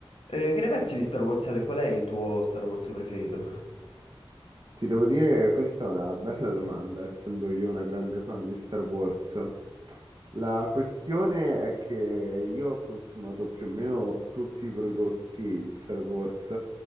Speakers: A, on the left (about 85°); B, on the right (about 45°).
A: Eh, che ne pensi di Star Wars, Ale? Qual è il tuo Star Wars preferito?
B: Ti devo dire, questa è una bella domanda, essendo io una grande fan di Star Wars. La questione è che io ho consumato più o meno tutti i prodotti di Star Wars